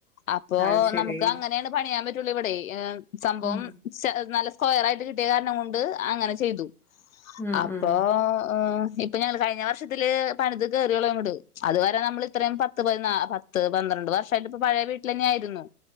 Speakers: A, on the left (about 60°); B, in the centre.
A: ഇപ്പൊ
B: അത് ശരി
A: നമുക്ക് അങ്ങനെണ് പണിയാം പറ്റൊള്ളൂ ഇവടെ ഏ സംഭവം
B: ഉം
A: സ് നല്ല സ്കൊയറായിട്ട് കി ട്ട്യാകാരണം കൊണ്ട് അങ്ങനെ ചെയ്തു
B: ഉം
A: അപ്പൊ
B: ഉം
A: അ് ഇപ്പൊ ഞങ്ങള് കഴിഞ്ഞ വർഷത്തില് പണിത് കേറ്യോ ള്ളൂ അങ്ങട് അത് വരെ നമ്മളിത്രയും പത്ത് പതിനാ പത്ത് പന്ത്രണ്ട് വർഷായിട്ട്പ്പ പഴയ വീ ട്ടിലെന്നായിരുന്നു